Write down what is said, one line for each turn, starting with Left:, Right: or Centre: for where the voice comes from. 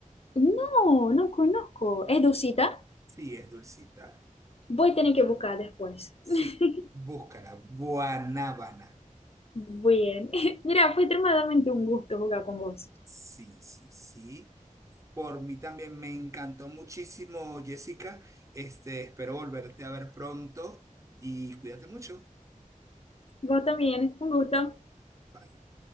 Left: No, no conozco. ¿Es dulcita?
Right: Sí, es dulcita.
Left: Voy a tener que buscar después.
Right: Sí,
Left: <laughs>
Right: búscala, Guanábana.
Left: Bien. <laughs> Mira, fue extremadamente un gusto jugar con vos.
Right: Sí, sí, sí. Por mí también me encantó muchísimo, Jessica. Este, espero volverte a ver pronto y cuídate mucho.
Left: Vos también, un gusto.
Right: Bye.